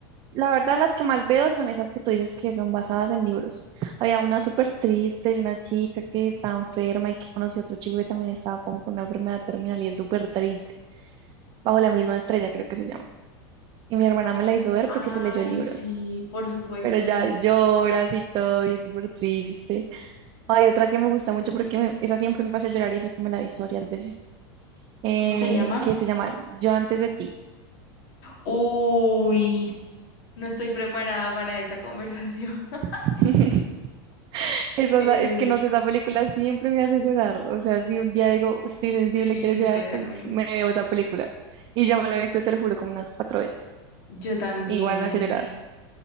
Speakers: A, on the right; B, on the left.
A: La verdad, las que más veo son esas que tú dices que son basadas en libros. Había una súper triste de una chica que estaba enferma y que conoció a otro chico que también estaba como con una enfermedad terminal y es súper triste. Bajo la misma estrella, creo que se llama. Y mi hermana me la hizo ver
B: Ay,
A: porque se leyó el libro.
B: sí, por supuesto,
A: Pero ya
B: sí.
A: lloras y todo y es súper triste. Hay otra que me gusta mucho porque me- esa siempre me hace llorar y eso que me la he visto varias veces. eh,
B: ¿Cómo se llama?
A: que se llama Yo antes de ti.
B: Uy, no estoy preparada para esa conversación. <laughs>
A: <laughs> Esa
B: Eh,
A: es, la- es que no sé, esa película siempre me hace llorar. O sea, si un día digo, estoy sensible,
B: literalmente.
A: quiero llorar, pues me veo esa película. Y ya me la he visto, te lo juro, como unas cuatro veces.
B: Yo también.
A: Igual me hace llorar.